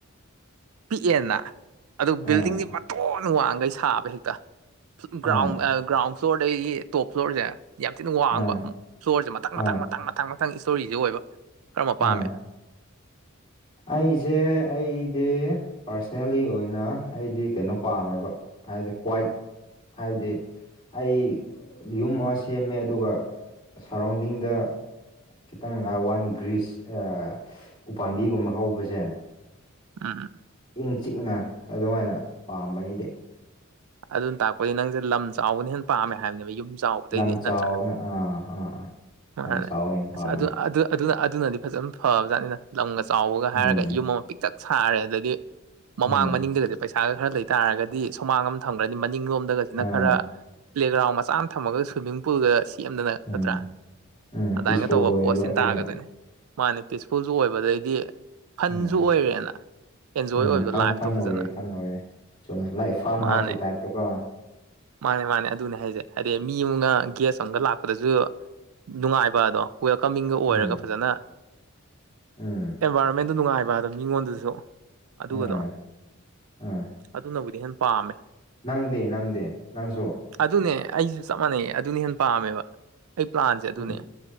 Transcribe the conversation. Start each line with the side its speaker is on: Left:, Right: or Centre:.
Right: ꯄꯤꯛꯑꯦꯅ ꯑꯗꯨ
Left: ꯑꯥ
Right: ꯕꯤꯜꯗꯤꯡꯗꯤ ꯃꯇꯣꯟ ꯋꯥꯡꯈꯩ ꯁꯥꯕ ꯍꯦꯛꯇ
Left: ꯑꯥ
Right: ꯒ꯭ꯔꯥꯎꯟ ꯒ꯭ꯔꯥꯎꯟ ꯐ꯭ꯂꯣꯔꯗꯒꯤ ꯇꯣꯞ ꯐ꯭ꯂꯣꯔꯁꯦ ꯌꯥꯝ ꯊꯤꯅ ꯋꯥꯡꯕ
Left: ꯑꯥ
Right: ꯏꯁꯇꯣꯔꯁꯦ ꯃꯊꯪ
Left: ꯑꯥ
Right: ꯃꯊꯪ ꯃꯊꯪ ꯃꯊꯪ ꯃꯊꯪ ꯏꯁꯇꯣꯔꯤꯁꯦ ꯑꯣꯏꯕ ꯀꯔꯝꯕ ꯄꯥꯝꯃꯦ
Left: ꯑꯥ ꯑꯩꯁꯦ ꯑꯩꯗꯤ ꯄꯥꯔꯁꯅꯦꯜꯂꯤ ꯑꯣꯏꯅ ꯑꯩꯗꯤ ꯀꯩꯅꯣ ꯄꯥꯝꯃꯦꯕ ꯍꯥꯏꯕꯗꯤ ꯀ꯭ꯋꯥꯏ ꯍꯥꯏꯕꯗꯤ ꯑꯩ ꯌꯨꯝ ꯑꯃ ꯁꯦꯝꯃꯦ ꯑꯗꯨꯒ ꯁꯔꯥꯎꯟꯗꯤꯡꯗ ꯈꯤꯇꯪ ꯋꯥꯟ ꯒ꯭ꯔꯤꯁ ꯎꯄꯥꯝꯕꯤꯒꯨꯝꯕ ꯍꯧꯕꯁꯦ
Right: ꯑꯥ
Left: ꯏꯪ ꯆꯤꯛꯅ ꯑꯗꯨꯃꯥꯏꯅ ꯄꯥꯝꯕꯩꯗꯤ
Right: ꯑꯗꯨꯅ ꯇꯥꯛꯄꯗꯤ ꯅꯪꯁꯦ ꯂꯝ ꯆꯥꯎꯕꯅ ꯍꯦꯟꯅ ꯄꯥꯝꯃꯦ ꯍꯥꯏꯕꯅꯦꯕ ꯌꯨꯝ ꯆꯥꯎꯕꯗꯩꯗꯤ
Left: ꯂꯝ ꯆꯥꯎꯕꯅ
Right: ꯅꯠꯇ꯭ꯔꯥ
Left: ꯑꯥ ꯑꯥ
Right: ꯃꯥꯅꯦ
Left: ꯌꯥꯝ ꯆꯥꯎꯋꯦ ꯍꯦꯟꯅ ꯄꯥꯝꯃꯦ
Right: ꯑꯗꯨ ꯑꯗꯨ ꯑꯗꯨꯅ ꯑꯗꯨꯅꯗꯤ ꯐꯖꯅ ꯐꯕꯖꯥꯠꯅꯤꯗ ꯂꯝꯒ ꯆꯥꯎꯕꯒ
Left: ꯎꯝ
Right: ꯍꯥꯏꯔꯒ ꯌꯨꯝ ꯑꯃ ꯄꯤꯛꯇꯛ ꯁꯥꯔꯦ ꯑꯗꯒꯤ ꯃꯃꯥꯡ
Left: ꯎꯝ
Right: ꯃꯅꯤꯡꯗꯒꯗꯤ ꯄꯩꯁꯥꯒ ꯈꯔ ꯂꯩ ꯇꯥꯔꯒꯗꯤ ꯁꯨꯃꯥꯡ ꯑꯝ ꯊꯝꯈ꯭ꯔꯅꯤ ꯃꯅꯤꯡꯂꯣꯝꯗꯒꯁꯤꯅ
Left: ꯑꯥ
Right: ꯈꯔ ꯄ꯭ꯂꯦꯒ꯭ꯔꯥꯎꯟ ꯃꯆꯥ ꯑꯃ ꯊꯝꯃꯒ ꯁ꯭ꯋꯤꯝꯃꯤꯡ ꯄꯨꯜꯒ ꯁꯦꯝꯗꯅ
Left: ꯎꯝ
Right: ꯅꯠꯇ꯭ꯔꯥ
Left: ꯎꯝ
Right: ꯑꯗꯨꯃꯥꯏꯟꯒ
Left: ꯄꯤꯁꯐꯨꯜ
Right: ꯇꯧꯕ
Left: ꯑꯣꯏꯌꯦꯕ
Right: ꯄꯣꯁꯀꯁꯤ
Left: ꯑꯗꯨꯅ
Right: ꯇꯥꯒꯗꯣꯏꯅꯤ ꯃꯥꯅꯦ ꯄꯤꯁꯐꯨꯜꯁꯨ ꯑꯣꯏꯕ ꯑꯗꯩꯗꯤ ꯐꯟꯁꯨ
Left: ꯎꯝ
Right: ꯑꯣꯏꯔꯦꯅ ꯑꯦꯟꯖꯣꯏ
Left: ꯎꯝ
Right: ꯑꯣꯏꯕꯗꯣ
Left: ꯐꯟ
Right: ꯂꯥꯏꯐꯇꯣ
Left: ꯐꯟ
Right: ꯐꯖꯅ
Left: <unintelligible> ꯆꯨꯝꯃꯦ ꯂꯥꯏ ꯐꯥꯝ
Right: ꯃꯥꯅꯦ
Left: ꯍꯥꯎꯁꯀꯤ ꯇꯥꯏꯞꯇꯀꯣ
Right: ꯃꯥꯅꯦ ꯃꯥꯅꯦ ꯑꯗꯨꯅꯦ ꯍꯥꯏꯁꯦ ꯍꯥꯏꯗꯤ ꯃꯤ ꯑꯃꯛꯒ ꯒꯦꯁ ꯑꯝꯒ ꯂꯥꯛꯄꯗꯁꯨ ꯅꯨꯡꯉꯥꯏꯕꯗꯣ ꯋꯦꯜꯀꯝꯃꯤꯡꯒ ꯑꯣꯏꯔꯒ
Left: ꯎꯝ
Right: ꯐꯖꯅ
Left: ꯎꯝ
Right: ꯑꯦꯟꯚꯥꯏꯔꯣꯟꯃꯦꯟꯗꯨ ꯅꯨꯡꯉꯥꯏꯕ ꯑꯗꯣ ꯃꯤꯉꯣꯟꯗꯁꯨ ꯑꯗꯨꯒꯗꯣ
Left: ꯎꯝ ꯎꯝ
Right: ꯑꯗꯨꯅꯕꯨꯗꯤ ꯍꯦꯟ ꯄꯥꯝꯃꯦ
Left: ꯅꯪꯗꯤ ꯅꯪꯗꯤ ꯅꯪꯁꯨ
Right: ꯑꯗꯨꯅꯦ ꯑꯩꯁꯨ ꯆꯞ ꯃꯥꯟꯅꯩꯌꯦ ꯑꯗꯨꯅ ꯍꯦꯟꯅ ꯄꯥꯝꯃꯦꯕ ꯑꯩ ꯄ꯭ꯂꯥꯟꯁꯦ ꯑꯗꯨꯅꯦ
Left: ꯎꯝ